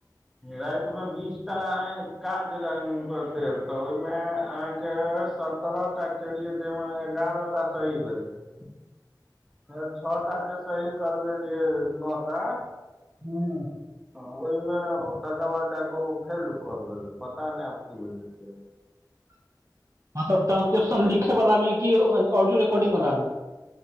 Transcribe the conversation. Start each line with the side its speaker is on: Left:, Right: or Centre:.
Centre: रातिमे बीसटा अहाॅं काज रहैन हुनकर देल तऽ ओहिमे अहाँके सत सतरह टा केलियै तयमे एगारह टा सही भेलै। ‍ फेर छऽ टा जे सही करबेलियै नऽ टा
Right: हुं।
Centre: तऽ ओहिमे तकर बाद जाके ओ फेल्ड क गेलै पता नहि आब की भेलै से
Right: ट्रांसक्रिप्शन लिखे वाला मे कि ऑडियो रिकॉर्डिंग वला मे